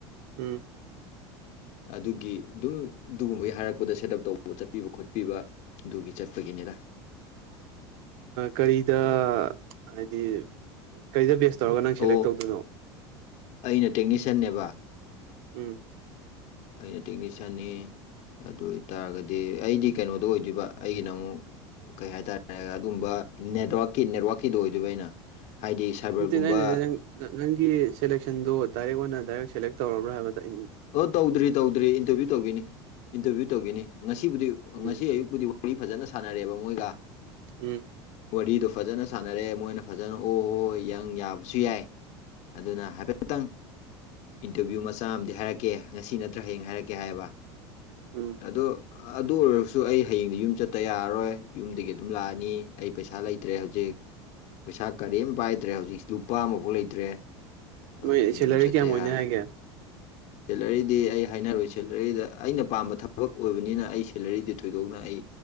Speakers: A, on the right; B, on the left.
A: ꯎꯝ
B: ꯑꯗꯨꯒꯤ ꯑꯗꯨꯝ ꯑꯗꯨꯒꯨꯝꯕꯒꯤ ꯍꯥꯏꯔꯛꯄꯗ ꯁꯦꯠ ꯑꯞ ꯇꯧꯕ ꯆꯠꯄꯤꯕ ꯈꯣꯠꯄꯤꯕ ꯑꯗꯨꯒꯤ ꯆꯠꯄꯒꯤꯅꯤꯗ
A: ꯀꯔꯤꯗ ꯍꯥꯏꯗꯤ ꯀꯔꯤꯗ ꯕꯦꯁ ꯇꯧꯔꯒ ꯅꯪ ꯁꯦꯂꯦꯛ
B: ꯑꯣ
A: ꯇꯧꯗꯣꯏꯅꯣ
B: ꯑꯩꯅ ꯇꯦꯛꯅꯤꯁꯤꯌꯥꯟꯅꯦꯕ
A: ꯎꯝ
B: ꯑꯩꯅ ꯇꯦꯛꯅꯤꯁꯤꯌꯥꯟꯅꯤ ꯑꯗꯨ ꯑꯣꯏꯇꯥꯔꯒꯗꯤ ꯑꯩꯗꯤ ꯀꯩꯅꯣꯗꯣ ꯑꯣꯏꯗꯣꯏꯕ ꯑꯩꯒꯤꯅ ꯑꯃꯨꯛ ꯀꯩ ꯍꯥꯏꯇꯥꯔꯦ ꯑꯗꯨꯝꯕ ꯅꯦꯠꯋꯥꯛꯀꯤ ꯅꯦꯠꯋꯥꯔꯥꯛꯀꯤꯗꯨ ꯑꯣꯏꯗꯣꯏꯕ ꯑꯩꯅ ꯍꯥꯏꯗꯤ ꯁꯥꯏꯕꯔꯒꯨꯝꯕ
A: ꯅꯠꯇꯦ ꯑꯩꯅꯗꯤ ꯅꯪꯅꯪꯒꯤ ꯁꯦꯂꯦꯛꯁꯟꯗꯨ ꯗꯥꯏꯔꯦꯛ ꯑꯣꯏꯅ ꯗꯥꯏꯔꯦꯛ ꯁꯦꯂꯦꯛ ꯇꯧꯔꯕ꯭ꯔꯥ ꯍꯥꯏꯕꯗꯣ
B: ꯑꯣ ꯇꯧꯗ꯭ꯔꯤ ꯇꯧꯗ꯭ꯔꯤ ꯏꯟꯇꯔꯚꯤꯌꯨ ꯇꯧꯈꯤꯅꯤ ꯏꯟꯇꯔꯚꯤꯌꯨ ꯇꯧꯈꯤꯅꯤ ꯉꯁꯤꯕꯨꯗꯤ
A: ꯎꯝ
B: ꯉꯁꯤ ꯑꯌꯨꯛꯄꯨꯗꯤ ꯄꯨꯔꯤ ꯐꯖꯅ ꯁꯥꯟꯅꯔꯦꯕ ꯃꯣꯏꯒ
A: ꯎꯝ
B: ꯋꯥꯔꯤꯗꯣ ꯐꯖꯅ ꯁꯥꯟꯅꯔꯦ ꯃꯣꯏꯅ ꯐꯖꯅ ꯑꯣ ꯌꯪ ꯌꯥꯕꯁꯨ ꯌꯥꯏ ꯑꯗꯨꯅ ꯍꯥꯏꯐꯦꯠꯇꯪ ꯏꯟꯇꯔꯚꯤꯌꯨ ꯃꯆꯥ ꯑꯃꯗꯤ ꯍꯥꯏꯔꯛꯀꯦ ꯀꯦ ꯉꯁꯤ ꯅꯠꯇ꯭ꯔꯥ ꯍꯌꯦꯡ ꯍꯥꯏꯔꯛꯀꯦ ꯍꯥꯏꯌꯦꯕ
A: ꯎꯝ
B: ꯑꯗꯣ ꯑꯗꯨ ꯑꯣꯏꯔꯒꯁꯨ ꯑꯩ ꯍꯌꯦꯡꯗꯤ ꯌꯨꯝ ꯆꯠꯇ ꯌꯥꯔꯔꯣꯏ ꯌꯨꯝꯗꯒꯤ ꯑꯗꯨꯝ ꯂꯥꯛꯑꯅꯤ ꯑꯩ ꯄꯩꯁꯥ ꯂꯩꯇ꯭ꯔꯦ ꯍꯧꯖꯤꯛ ꯄꯩꯁꯥ ꯀꯔꯤꯝ ꯄꯥꯏꯗ꯭ꯔꯦ ꯍꯧꯖꯤꯛ ꯂꯨꯄꯥ ꯑꯃꯐꯥꯎ ꯂꯩꯇ꯭ꯔꯦ ꯑꯗꯨꯅ
A: ꯅꯣꯏ
B: ꯑꯩ
A: ꯁꯦꯂꯔꯤ
B: ꯌꯨꯝ ꯆꯠꯇ
A: ꯀꯌꯥꯝ ꯑꯣꯏꯅꯤ
B: ꯌꯥꯔꯣꯏ
A: ꯍꯥꯏꯒꯦ
B: ꯁꯦꯂꯔꯤꯗꯤ ꯑꯩ ꯍꯥꯏꯅꯔꯣꯏ ꯁꯦꯂꯔꯤꯗ ꯑꯩꯅ ꯄꯥꯝꯕ ꯊꯕꯛ ꯑꯣꯏꯕꯅꯤꯅ ꯑꯩ ꯁꯦꯂꯔꯤꯗꯤ ꯊꯣꯏꯗꯣꯛꯅ ꯑꯩ